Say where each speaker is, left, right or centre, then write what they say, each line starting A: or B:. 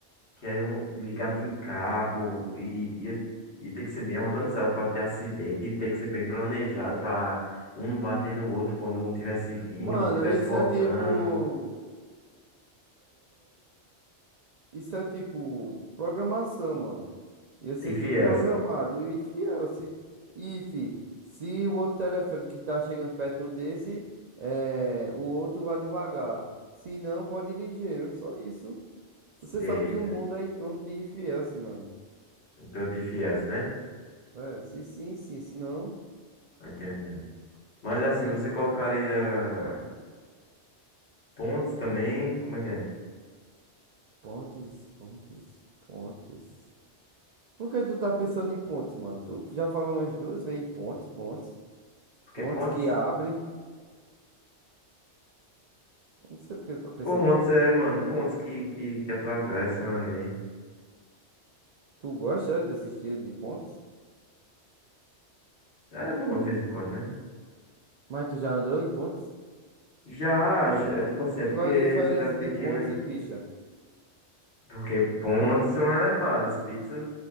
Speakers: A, on the left (about 65°); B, on the right (about 60°).
A: que é um, ligado em cabo e ia, ia ter que ser bem organizado para não ter acidente, e ter que ser bem planejado para um não bater no outro quando um tivesse vindo
B: Mano,
A: e o outro tivesse
B: isso
A: voltando.
B: é tipo. Isso é tipo programação, mano. Ia ser
A: Enfim,
B: tudo
A: é
B: programado.
A: assim.
B: E fiel, se, e, fi, se o outro teleférico que tá chegando perto desse, é, o outro vai devagar. Se não, pode ir ligeiro. Só isso.
A: Sei.
B: Você sabe que o mundo é em torno de IFS, mano.
A: Então, de fiéis, né?
B: É, se sim, sim, se não.
A: Tô Entendendo. Mas
B: E
A: assim,
B: aí,
A: você colocaria pontes também? Como é que é?
B: pontes, pontes, pontes. Por que tu tá pensando em pontes, mano? Tu já falou umas duas vezes em pontes, pontes.
A: Porque
B: Pontes
A: pontes.
B: que abre. Não sei por que tu tá pensando
A: Pontes
B: tanto
A: é,
B: em
A: mano, pontes que, que, que atravessam ali.
B: Tu gosta desse estilo de pontes?
A: É bom de vez em quando, né?
B: Mas tu já andou em pontes?
A: Já, já- é tipo assim,
B: E
A: é porque
B: qual a diferença
A: cidade pequena.
B: de pontes e pista?
A: Porque pontes são elevadas, pizzas,